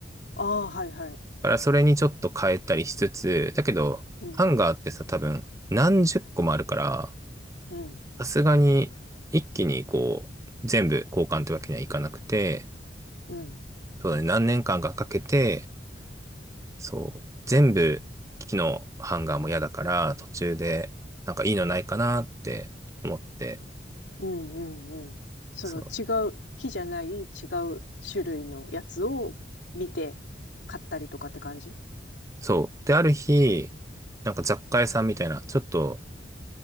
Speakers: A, on the left; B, on the right.
A: ああ、はい、はい。
B: からそれにちょっと変えたりしつつ、だけど、
A: うん、
B: ハンガーってさ、多分何十個もあるから、
A: うん、
B: さすがに一気にこう、全部交換ってわけにはいかなくて、
A: うん。
B: そうだね、何年間かかけて、そう、全部木のハンガーも嫌だから、途中でなんかいいのないかなって思って、
A: うんうんうん。その違う、
B: そう。
A: 木じゃない違う種類のやつを見て買ったりとかって感じ
B: そう。で、ある日、なんか雑貨屋さんみたいな、ちょっと、